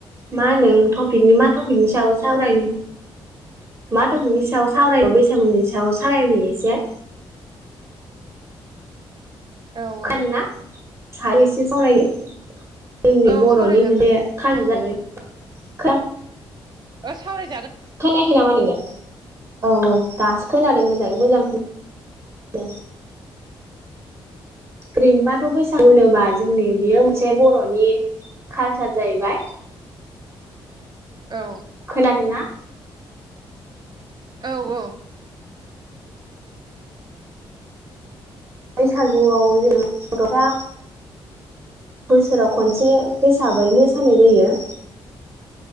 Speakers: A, on the right; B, on the right.
A: मा होनो टपिकनि मा टपिकनि सायाव सावरायनो मा टपिकनि सायाव सावरायनो बैसागुनि सायाव सावरायनि एसे
B: औ
A: खोनादोंना
B: औ
A: <unintelligible> एसे सावरायनि जोंनि
B: औ
A: बर'नि
B: सावरायजागोन
A: मोनसे कालार जाहैबाय खा
B: ओ सावराय
A: खोनायाखै नामा नोङो? औ औ दासो खोनादों मोजाङै मोजां खोना <unintelligible> ओरैनोबाथ' बैसागु होनोबा जोंनि बियो मोनसे बर'नि कालचार जाहैबाय
B: औ
A: खोनादोंना?
B: औ औ
A: बैसागुआव जों गथ'फ्रा बोसोराव खनसे हिसाबै मोसानाय जायो।